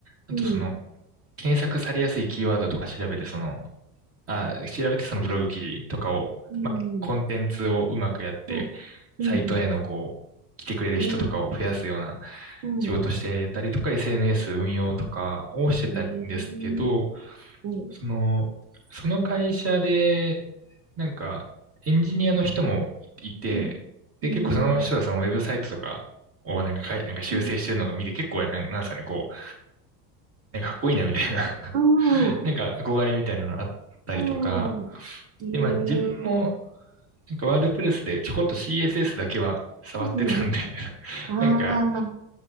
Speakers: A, on the right; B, on the right.
A: あとその、
B: うん、うん、
A: 検索されやすいキーワードとか調べて、その、あ、調べてそのブログ記事とかを、
B: うん、
A: まあ、コンテンツをうまくやって、
B: うん、うん、
A: サイトへのこう、
B: うん、
A: 来てくれる人とかを増やすような
B: うん、うん
A: 仕事してたりとか、SNS 運用とかをしてたんですけど、
B: え、うん、
A: その、その会社で、なんか、エンジニアの人もいて、
B: うん、
A: で、
B: うん、
A: 結構その人がそのウェブサイトとかをなんかかい、なんか修正してるのが見て、
B: うん、
A: 結構、なんなんですかね、こう、なんかかっこいいなみたいな <laughs>
B: ああ、
A: なんか憧れみたいなのあったりとか、
B: ああ、へ
A: で、まあ自分も
B: え、
A: なんかワードプレスでちょこっと CSS だけは触ってたんで
B: ん、うん、
A: <laughs>
B: ああ、
A: なんか、